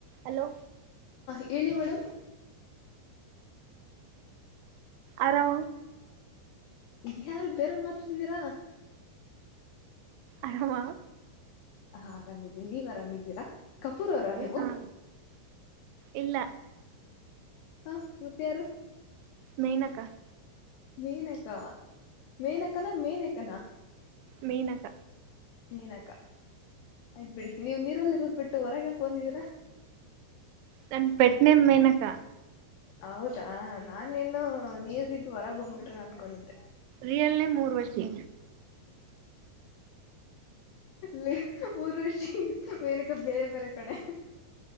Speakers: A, on the right; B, on the left.
A: Hello
B: ಹೇಳಳಿ madam
A: ಅೋ
B: ಇದ ಯಾರು ಬೇರೆಯವ್ರ ಮಾತ್ರಾತಿದ್ದೀರಾ
A: ಆರಾಮ
B: ಹ ಆರಾಮಿದ್ದೀನಿ ನೀವ್ ಆರಾಮಿದ್ದೀರಾ ಕಪೂರ್ ಅವರ ನೀವು
A: ಹಾ ಇಲ್ಲ
B: ಹಾ ಮೂತ್ಯಾರು
A: ನೀ ನಕ
B: ಮೇನಕ್ಕ ಮೇನಕನಾ ಮೇನಕನಾ
A: ಮೀನಕ
B: ನೀನಕ್ಕ ಆಯ್ತ್ಬಿಡಿ ನೀವು ನೀರಲ್ಲಿ ಬಿಟ್ಟು ಹೊರಗೆಕ ಬಂದಿದೀರಾ
A: ತಾನ ಪಟ್ಟನೆ ಮೇನಕ
B: ಹೌದಾ ನಾನಿನು ನೀವಿದು ಹೊರಗ್ ಬಂದ್ಬಿಟ್ರ ಅನ್ಕೊಂಡಿದ್ದೆ
A: ರಿಯಲ್ ನೇಮ್ ಊರ್ವಶಿ
B: ನಾಲ ಪೂರ್ವಷಿ ಮೇನಕ್ಕೆ ಬೇರೆ ಬೇರೆ ಕಡೆ